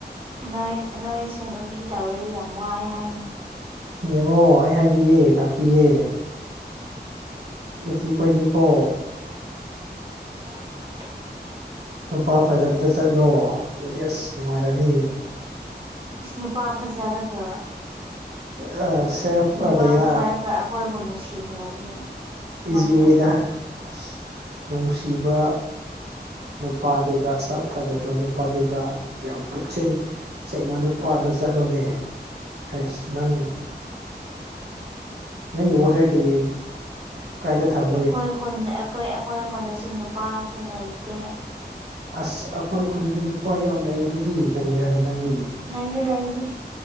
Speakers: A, on the right (about 30°); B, on the right (about 70°).
A: ꯅꯣꯏ ꯅꯣꯏꯁꯨ ꯅꯨꯄꯤ ꯇꯧꯋꯦ ꯌꯥꯝ ꯋꯥꯏ ꯍꯥꯏꯒꯅꯨ
B: ꯌꯦꯡꯉꯣ ꯑꯩ ꯍꯥꯏꯕꯤꯒꯦ ꯇꯥꯛꯄꯤꯒꯦ ꯅꯨꯄꯤ ꯈꯣꯏꯗꯤꯀꯣ
A: <inaudible> <inaudible>
B: ꯅꯨꯄꯥ ꯐꯖꯕꯗ ꯆꯠꯂꯣ ꯑꯗꯨꯗꯤ ꯑꯁ ꯅꯨꯡꯉꯥꯏꯔꯅꯤ
A: ꯏꯁ ꯅꯨꯄꯥ ꯐꯖꯔꯒ
B: ꯁꯦꯐ ꯁꯦꯐ
A: ꯅꯨꯄꯥ
B: ꯀꯔꯤꯔꯥ
A: ꯐꯖꯔꯒ ꯍꯣꯏꯕꯨ ꯅꯨꯡꯁꯤꯗ꯭ꯔꯗꯤ ꯀꯃꯥꯏꯅ
B: ꯏꯖꯤ
A: ꯇꯧꯅꯤ
B: ꯋꯦꯗ ꯑꯁ ꯅꯨꯡꯁꯤꯕ ꯅꯨꯄꯥꯗꯨꯗ ꯁꯛ ꯐꯖꯕ ꯅꯨꯄꯥꯗꯨꯗ ꯌꯥꯝ ꯄꯨꯛꯁꯤꯟ ꯁꯉꯣꯟꯗꯨꯄꯥꯥꯗ ꯆꯠꯂꯨꯅꯦ ꯑꯁ ꯅꯪ ꯅ ꯋꯥꯁꯦ ꯀꯔꯤꯌꯦ ꯀꯥꯏꯗ ꯊꯝꯃꯦ
A: ꯑꯩꯈꯣꯏ ꯈꯨꯟꯗ ꯑꯩꯈꯣꯏ ꯑꯩꯈꯣꯏ ꯈꯣꯟꯗꯁꯨ ꯅꯨꯄꯥꯁꯨ ꯂꯩꯇꯦ
B: ꯑꯁ ꯑꯩꯈꯣꯏ ꯈꯨꯟꯗꯗꯤ ꯂꯨꯄꯥ ꯌꯥꯝ ꯂꯩꯗꯨꯗꯤ ꯀꯔꯤꯔꯥꯅꯦ ꯅꯪꯗꯤ
A: ꯅꯩꯗꯤ ꯂꯩꯔꯤ